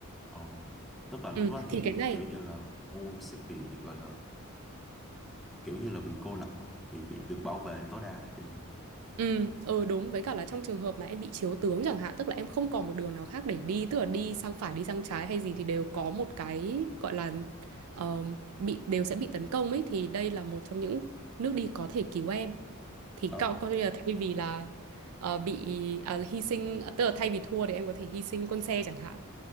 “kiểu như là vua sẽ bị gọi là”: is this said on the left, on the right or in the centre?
Centre